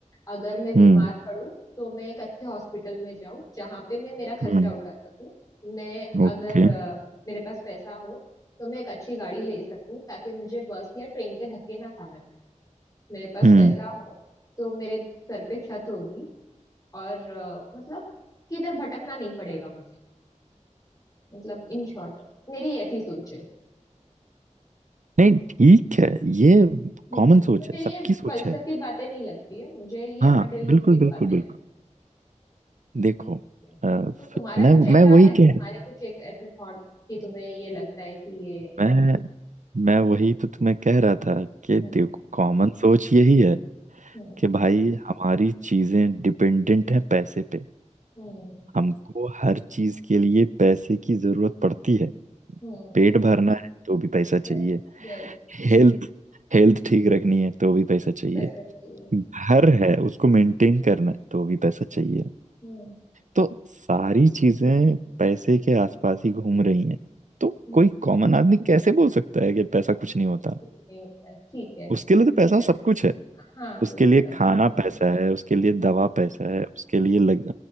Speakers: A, on the left; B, on the right.
A: अगर मैं बीमार
B: हम्म
A: पड़ूं तो मैं एक अच्छे हॉस्पिटल में जाऊं जहां पे मैं मेरा खर्चा
B: हम्म
A: उठा सकूं मैं
B: ओके
A: अगर अ, मेरे पास पैसा हो तो मैं एक अच्छी गाड़ी ले सकूं ताकि मुझे बस या ट्रेन के धक्के ना खाना पड़े मेरे पास
B: हम्म
A: पैसा हो तो मेरे सर पे छत होगी और अ, मतलब किधर भटकना नहीं पड़ेगा मुझे मतलब इन शॉर्ट मेरी ऐसी सोच है
B: नहीं ठीक है ये
A: हम्म
B: कॉमन सोच
A: मुझे
B: है सबकी
A: ये
B: सोच
A: फलसफी
B: है
A: बातें नहीं लगती है मुझे ये
B: हाँ
A: मटेरियलिस्टिक
B: बिल्कुल बिल्कुल
A: बातें
B: बिल्कुल
A: लगती
B: देखो
A: है
B: अ,
A: तो तुम्हारा
B: मैं
A: कुछ ऐसा
B: मैं वही
A: है तुम्हारे
B: कह रहा
A: कुछ एक ऐसे थॉट कि तुम्हें ये लगता है कि ये
B: मैं मैं वही तो तुम्हें कह रहा था कि
A: हम्म
B: देखो कॉमन सोच यही है
A: हम्म
B: कि भाई हमारी चीजें डिपेंडेंट हैं पैसे पे
A: हम्म
B: हमको हर चीज के लिए पैसे की जरूरत पड़ती है
A: हम्म
B: पेट भरना है तो भी पैसा चाहिए
A: पैसा यस
B: हेल्थ हेल्थ ठीक रखनी है तो भी पैसा चाहिए
A: पैसा चाहिए
B: घर है उसको मेंटेन करना है तो भी पैसा
A: हम्म
B: चाहिए
A: हम्म
B: तो सारी चीजें पैसे के आसपास ही घूम रही हैं तो
A: हम्म,
B: कोई कॉमन आदमी कैसे बोल सकता है कि पैसा कुछ नहीं होता
A: कुछ नहीं होता है ठीक है
B: उसके लिए तो पैसा
A: चलो
B: सब कुछ है
A: हाँ कुछ
B: उसके लिए हाँ
A: सब ठीक।
B: खाना हाँ पैसा है उसके लिए दवा
A: हम्म,
B: पैसा है उसके लिए लग,